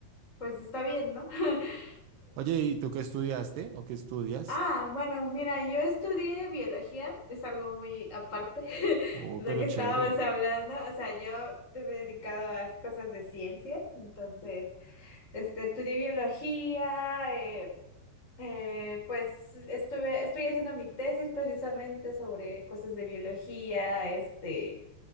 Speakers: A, on the left (about 20°); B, on the right (about 75°).
A: pues está bien, ¿no? <laughs>
B: Oye, ¿y tú qué estudiaste o qué estudias?
A: Ah, bueno, mira, yo estudié biología, es algo muy aparte <laughs>
B: Oh,
A: de lo
B: pero
A: que estábamos
B: chévere.
A: hablando. O sea, yo te me he dedicado a cosas de ciencias, entonces, este, estudié biología, eh, Eh, pues estuve, estoy haciendo mi tesis precisamente sobre cosas de biología, este,